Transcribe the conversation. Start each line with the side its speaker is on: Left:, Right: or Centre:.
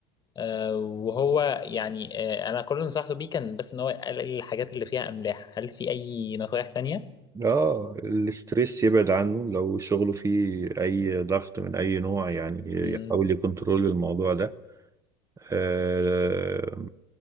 Left: آه، وهو يعني آه، انا كل اللي نصحته بيه كان بس ان هو يقلل الحاجات اللي فيها املاح هل في اي نصايح تانية
Right: اه الاستريس يبعد عنه لو شغله فيه اي ضغط من اي نوع يعني
Left: امم
Right: يحاول يكنترول الموضوع ده آه